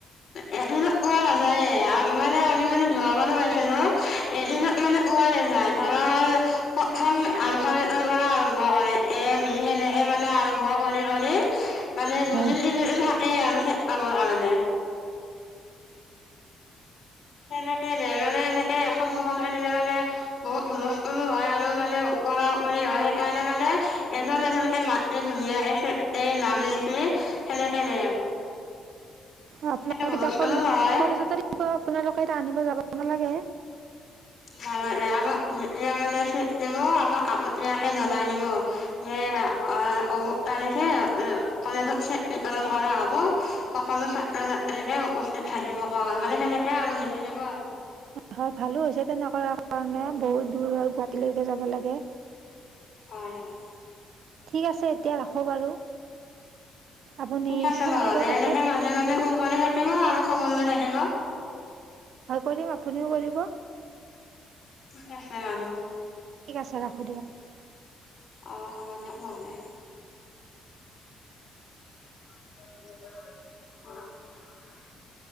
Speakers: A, on the left; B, on the right.
A: ইহঁতি কোৱা নাযায়ে আ মানে আমি মানে লোৱ মানো পাইছিলো এদিনত মানে পোৱাই নাযায় ধৰা হ'ল প্ৰথম আলফা <unintelligible> আৰম্ভ কৰে, এ ই হেনে এ মানে আৰম্ভ কৰি কৰি মানে লুলি
B: হয়
A: <unintelligible> সেই আৰু সে পাবৰ কাৰণে। সেনেকে নে মানে এনেকে এখন দুখনকে নিলে মানে বহুত হুলস্থুলো হয়, আৰু মানে ওপৰা উপৰি হয়, সেইকাৰণে মানে এজন এজনকে মাত এ ধুনীয়া এ এ নাম লিখি সেনেকে নিয়ে মানে।
B: অ আপোনালোক
A: হুলস্থুলো
B: এতিয়া কলে
A: নহয়
B: কলেজতে দিব আপোনালোকে এতিয়া আনিব যাব নালাগে?
A: নালাগে, আমাক হিহঁতিয়ে মানে চেক দিব, আগতীয়াকে জনাই দিব। যে অ অমুক তাৰিখে কলেজত চেক ভিতৰত কৰা হ'ব <unintelligible> সকলো ছাত্ৰ ছাত্ৰীকে উপস্থিত থাকিব কোৱা হল মানে সেনেকে আৰু লিখি দিব আৰু।
B: হয় ভালো হৈছে তেনেকুৱাৰ কাৰণে বহুত দূৰ হয় গুৱাহাটীলৈকে যাব লাগে।
A: হয় হয়।
B: ঠিক আছে এতিয়া ৰাখোঁ বাৰু, আপুনি
A: ঠিক আছে
B: ফোন
A: নহ'লে
B: কৰিব পাছত।
A: এনেকে মাজে মাজে ফোন কৰি থাকিব আৰু খবৰ লৈ থাকিব।
B: হয় কৰিম আপুনিও কৰিব।
A: <unintelligible>
B: ঠিক আছে ৰাখো দিয়ক।
A: অ হব দিয়ক নহলে। <unintelligible>